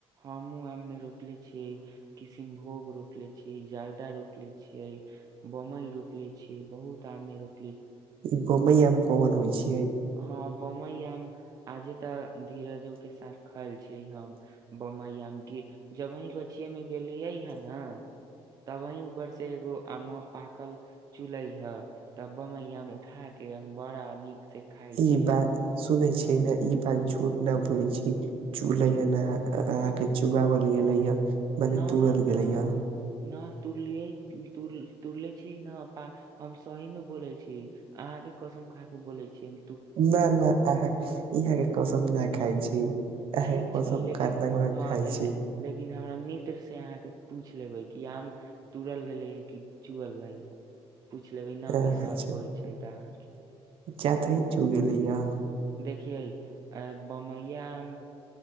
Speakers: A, on the right; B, on the right.
A: हमू आम मे रोपले छियै किसनभोग रोप ले छीयै जर्दा रोप ले छियै बम्बई रोप ले छीयै बहुत काम र <inaudible>
B: ई बोमई आम कमन होइ छै
A: हँ बम्बई आम आजे ते धीरज के साथ खायल छी हम बमई आम जबहि गोछिे मे गेलियै है न तबहि ऊपर से एगो आम पाकल चूलहे हे तब बमैया मे उठा के बड़ा नीक से खाय
B: ई
A: छियै
B: बात सुनै छी के न ई बात झूठ न बोले छी चूले हे न अहा के चुगवल गेले ये
A: न
B: मने तूड़ल
A: न
B: गेलैया
A: न तुरलियै तुरले छी न प हम सही मे बोले छी अह कसम खाक बोलै छियै
B: न नहि अहाँ इहाँ के कसम नहि खाइ छी
A: ठीक
B: एके
A: छै
B: प्रथम
A: लेकिन
B: कातना ग
A: हँ
B: खइ
A: तऽ ले,
B: छी <inaudible>
A: लेकिन हमरा मित्र से अहाँके पूछ लेबै कि आम तूड़ल गेले है कि चुअल रहे पूछ लेबै न
B: ह
A: विश्वास
B: अच्छा
A: होइ छै तऽ अहाँ
B: ज्यादा इ चु गलै आम
A: देखियै अ बम्बईया आम